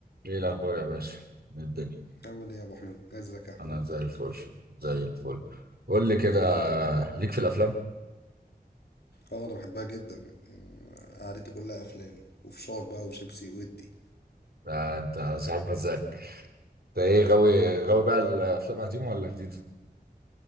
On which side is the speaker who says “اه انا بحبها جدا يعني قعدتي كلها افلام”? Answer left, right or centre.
Left